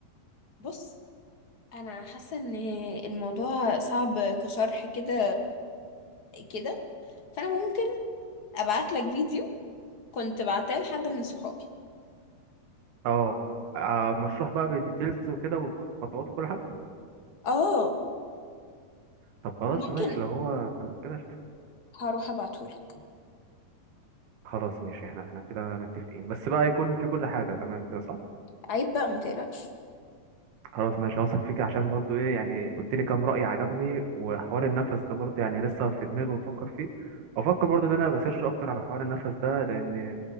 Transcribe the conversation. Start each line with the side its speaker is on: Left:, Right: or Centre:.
Left: بص انا حاسة ان الموضوع صعب كشرح كده كده فانا ممكن ابعت لك فيديو كنت بعتاه لحد من صحابي
Right: اه آه، مشروح بقى بالديتيلز وكده وخطوات وكل حاجه
Left: اه
Right: طب خلاص
Left: ممكن
Right: ماشي لو هو كده قشطة.
Left: هروح ابعتهولك
Right: خلاص ماشي احنا احنا كده متفقين بس بقى يكون في كل حاجه تمام كده صح
Left: عيب بقى ما تقلقش
Right: خلاص ماشي هوثق فيك عشان برضو ايه يعني قلت لي كام رأي عجبني وحوار النفس ده برضو يعني لسه في دماغي وبفكر فيه وافكر برضو ان انا بسيرش اكتر على حوار النفس ده لان